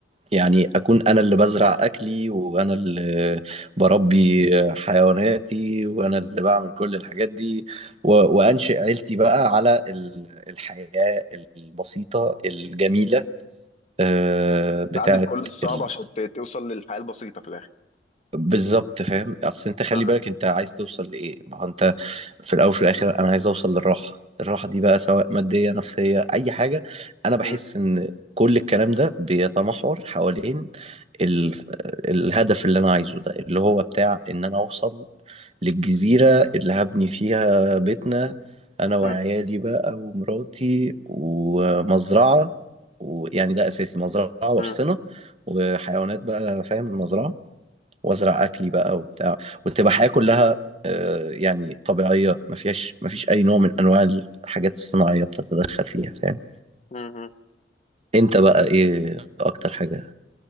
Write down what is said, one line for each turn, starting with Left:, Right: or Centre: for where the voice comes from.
Right: يعني أكون أنا اللي بزرع أكلي وأنا اللي بربي حيواناتي وأنا اللي بعمل كل الحاجات دي و... وأنشئ عيلتي بقى على ال- الحياة البسيطة الجميلة آه، بتاعت
Left: تعدي بكل الصعب
Right: ال...
Left: عشان ت- توصل للحياة البسيطة في الآخر
Right: بالظبط فاهم أصل أنت خلي
Left: اه
Right: بالك أنت عايز توصل لإيه ما هو أنت في الأول وفي الآخر أنا عايز أوصل للراحة الراحة دي بقى سواء مادية نفسية أي حاجة أنا بحس
Left: مم.
Right: إن كل الكلام ده بيتمحور حوالين ال... الهدف اللي انا عايزه ده اللي هو بتاع ان انا اوصل للجزيرة اللي هبني فيها بيتنا انا وعيالي
Left: مم.
Right: بقى ومراتي ومزرعة ويعني ده اساسي مزرعة وحصنة
Left: مم.
Right: وحيوانات بقى فاهم المزرعة وازرع اكلي بقى وبتاع وتبقى حياة كلها آه، يعني طبيعية ما فيهاش ما فيش اي نوع من انواع الحاجات الصناعية بتتدخل فيها فاهم
Left: مم. مم.
Right: انت بقى ايه اكتر حاجة